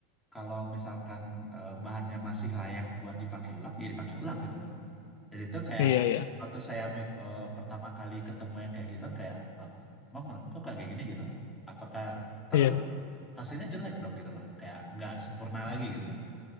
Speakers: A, in the centre; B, on the left.
A: kalau misalkan eh, bahannya masih layak buat dipakai ulang ya dipakai ulang gitu loh. Dan itu kayak
B: iya, iya,
A: waktu saya mik- eh, pertama kali ketemu yang kayak gitu kayak, wah, emang kok kayak gini gitu? Apakah ntar
B: iya.
A: hasilnya jelek dong gitu loh, kayak nggak sempurna
B: Hmm,
A: lagi gitu loh.